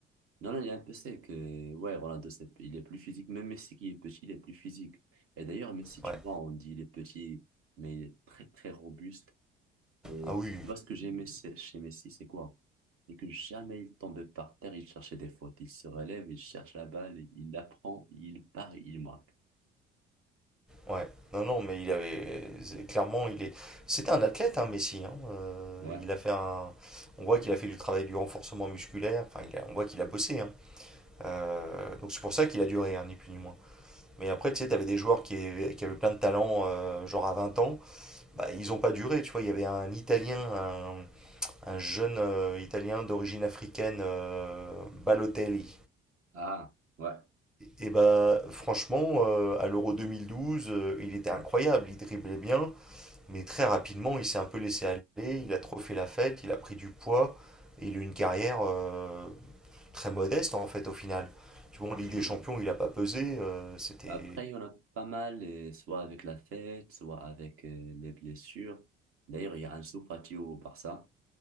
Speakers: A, on the right (about 45°); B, in the centre.
A: non, non, il est un peu sec. euh, ouais, Ronaldo, c'est- il est plus physique. Même Messi qui est petit, il est plus physique. Et d'ailleurs, Messi, tu
B: Ouais.
A: vois, on dit il est petit, mais il est très, très robuste. Et
B: Ah oui,
A: tu vois, ce que j'aimais chez chez Messi, c'est quoi? C'est que jamais il tombait par terre, il cherchait des fautes. Il se relève, il cherche la balle, il la prend, il part, il marque.
B: ouais. Non, non, mais il avait, c'est- clairement, il est, c'était un athlète, hein, Messi. hein. Euh,
A: Ouais.
B: il a fait un, on voit qu'il a fait du travail du renforcement musculaire. Enfin, il a- on voit qu'il a bossé. hein. Euh, donc c'est pour ça qu'il a duré, hein, ni plus ni moins. Mais après, tu sais, t'avais des joueurs qui, qui avaient plein de talent, euh, genre à 20 ans, bah, ils n'ont pas duré, tu vois. Il y avait un Italien, un, un jeune euh, Italien d'origine africaine, euh, Balotelli.
A: Ah, ouais.
B: Et bah, franchement, euh, à l'Euro 2012, euh, il était incroyable, il driblait bien, mais très rapidement, il s'est un peu laissé aller, il a trop fait la fête, il a pris du poids, et il a eu une carrière euh, très modeste, en fait, au final. Tu vois, en Ligue
A: Je
B: des
A: vois
B: Champions,
A: bien.
B: il a pas pesé, euh, c'était...
A: Après, il y en a pas mal, euh, soit avec la fête, soit avec euh, les blessures. D'ailleurs, il y a Ansu Fati au Barça,